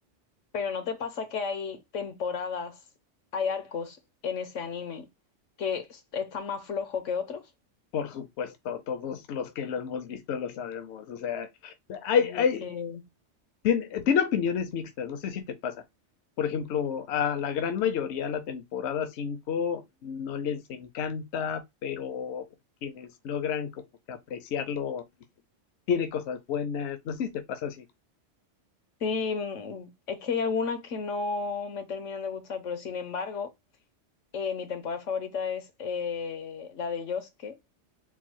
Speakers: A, on the left; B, on the left.
A: Pero ¿no te pasa que hay temporadas, hay arcos en ese anime que s- están más flojos que otros?
B: Por supuesto, todos los que lo hemos visto lo sabemos. O sea, hay,
A: Sí,
B: hay,
A: es que
B: Tiene, tiene opiniones mixtas, no sé si te pasa. Por ejemplo, a la gran mayoría la temporada 5 no les encanta, pero quienes logran como que apreciarlo dicen, tiene cosas buenas. No sé si te pasa así.
A: sí, mm, es que hay algunas que no me terminan de gustar, pero sin embargo, eh, mi temporada favorita es eh, la de Yosuke,